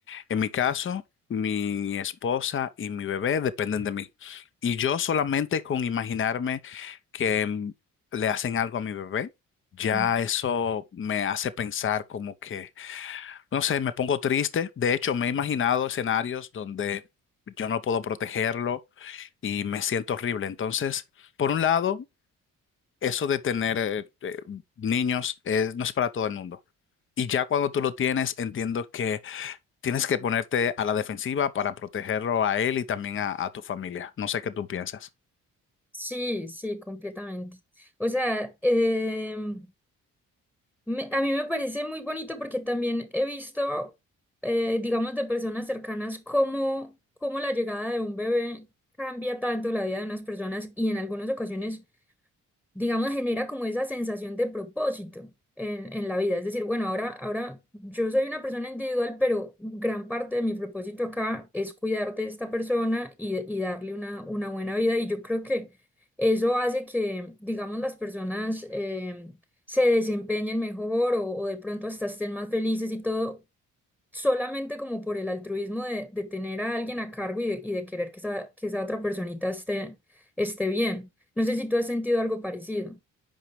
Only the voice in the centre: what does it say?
Ujú.
Sí, sí, completamente. O sea, em, me- a mí me parece muy bonito porque también he visto, eh, digamos, de personas cercanas cómo, cómo la llegada de un bebé cambia tanto la vida de unas personas y en algunas ocasiones digamos, genera como esa sensación de propósito en, en la vida. Es decir, bueno, ahora, ahora yo soy una persona individual, pero gran parte de mi propósito acá es cuidar de esta persona y, y darle una, una buena vida. Y yo creo que eso hace que, digamos, las personas eh, se desempeñen mejor o, o de pronto hasta estén más felices y todo solamente como por el altruismo de, de tener a alguien a cargo y de, y de querer que esa, que esa otra personita esté, esté bien. No sé si tú has sentido algo parecido.